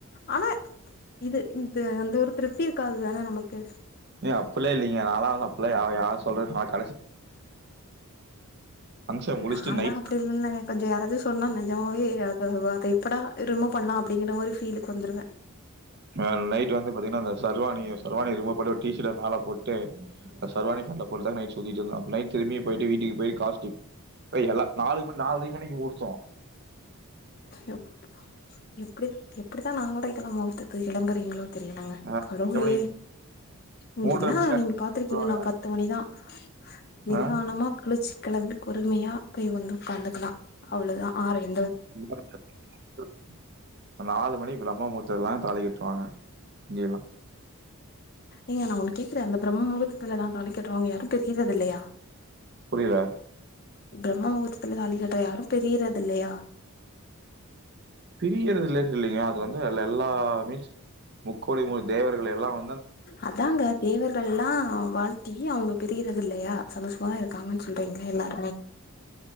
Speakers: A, on the left (about 45°); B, on the right (about 45°).
A: ஆனா இது இந்த அந்த ஒரு திருப்தி இருக்காது தானே நமக்கு
B: ஏ அப்பில்லா இல்லிங்க நாலா வந்து அப்பில்லா யா யார் சொல்றக்கு ஹாட் ஃபங்ஷன் முடிச்சுட்டு
A: நால்லா
B: நைட்
A: அப்டில்லா இல்லங்க கொஞ்ச யாராது சொன்னா நெஜமாவே அத வ அத எப்படா ரிமூவ் பண்லா அப்டிங்கிற மாரிஃபீலுக்கு வந்துருவே
B: அ நைட் வந்து பாத்திங்கன்னா அந்த சர்வானிய சர்வானி ரிமூவ் பன்னிட்டு ஒரு டீ ஷர்ட்ட மேல போட்டு சர்வானி ஃபேண்ட போட்டு தா நைட் சுத்திட்ருந்த அப்ப நைட் திரும்பியு போயிட்டு வீட்டுக்கு போயிட்டு காஸ்ட்யூம் அத எல்லா நாலு மணி நால்ர மணிக்கு முகூர்த்தொ
A: எப் எப்டி எப்டிதா நால்ரைக்கல்லா முகூர்தத்த வ கெளம்புறிங்ளோ தெரியலங்க
B: ஆ
A: கடவுளே
B: எவ்வளோ
A: இங்கில்லா
B: மூன்றரை மணிக்கு
A: நீங்க பாத்துருக்கீங்க
B: அனுப்பிடுவாங்க
A: நா பத்து மணிதா <inaudible> நிதானமா
B: ஆ
A: குளுச் கெளம்பி பொறுமையா போய் வந்து உக்காந்துக்கலா அவ்ளதா ஆற எ
B: <inaudible> இப்ப நாலு மணி பிரம்ம முகூர்தத்துலதா தாலி கட் ட்ருவாங்க இங்கயெல்லா
A: ஏங்க நா கேக்குற அந்த பிரம்மமுகுரத்துலதா தாலி கட்றவங்க யாரு பிரியுறது இல்லையா
B: புரியல
A: பிரம்ம முகூர்த்தத்துல தாலிகட்டுற யாரு பிரியிறதில்லயா
B: பிரியறதுல்லன் இல்லைங்கா அது வந்து அதுல எல்லாமிட் முக்கோடி மு தேவர்கள் எல்லா வ
A: அதாங்க தேவர்கள் எல்லா வாழ்த்தி அவங்க பிரியுறது தில்லையா சந்தோஷமாதா இருக்காங்கன் சொல்றீங்களே எல்லாருமே